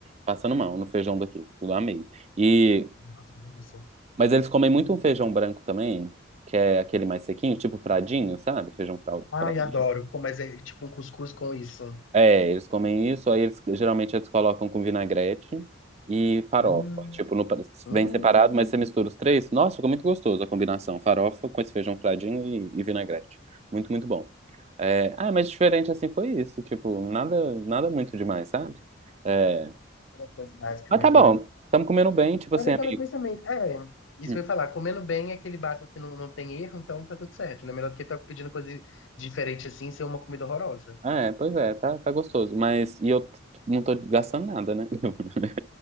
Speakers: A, on the right; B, on the left.
A: passando mal no feijão daqui, eu amei. E
B: Nossa, que delícia.
A: Mas eles comem muito um feijão branco também, que é aquele mais sequinho, tipo fradinho, sabe? Feijão frau-
B: Ai,
A: fradinho.
B: adoro. Com- Mas é tipo um cuscuz com isso.
A: É, eles comem isso, aí eles geralmente eles colocam com vinagrete e farofa.
B: Hum,
A: Tipo, no,
B: hum.
A: vem separado, mas você mistura os três. Nossa, ficou muito gostoso a combinação. Farofa com esse feijão fradinho e, e vinagrete. Muito, muito bom. É, ah, mas diferente assim foi isso. Tipo, nada, nada muito demais, sabe? É,
B: Uma coisa básica
A: mas
B: mesmo,
A: tá bom.
B: né?
A: Estamos comendo bem, tipo
B: Mas
A: assim,
B: é
A: amigo.
B: aquela coisa também. É, isso
A: Hum.
B: que eu ia falar, comendo bem é aquele básico que não, não tem erro, então tá tudo certo, né? Melhor do que ficar pedindo coisa diferente assim e ser uma comida horrorosa.
A: Ah, é, pois é, tá, tá gostoso. Mas, e eu t- não tô gastando nada, né? <laughs>